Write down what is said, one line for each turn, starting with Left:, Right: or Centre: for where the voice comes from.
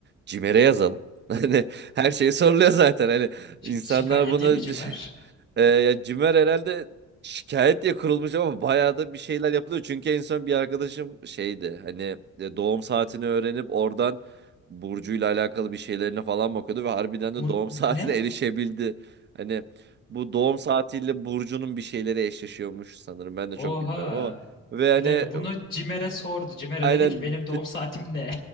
Right: Cimer'e yazalım. <laughs> Hani her şeyi soruluyor zaten. Hani
Left: Şi-
Right: insanlar
Left: şikayet
Right: bunu
Left: değil mi Cimer?
Right: <laughs> Ee, ya Cimer herhalde şikayet diye kurulmuş ama bayağı da bir şeyler yapılıyor. Çünkü en son bir arkadaşım şeydi hani e, doğum saatini öğrenip oradan Burcu'yla alakalı bir şeylerine falan bakıyordu ve harbiden
Left: Bu
Right: de doğum <laughs> saatine
Left: ne?
Right: erişebildi. Hani bu doğum saatiyle Burcu'nun bir şeyleri eşleşiyormuş sanırım ben de
Left: Oha.
Right: çok bilmiyorum ama. Ve hani
Left: Bir dakika bunu Cimer'e sordu. Cimer'e
Right: aynen
Left: dedi ki benim doğum saatim ne?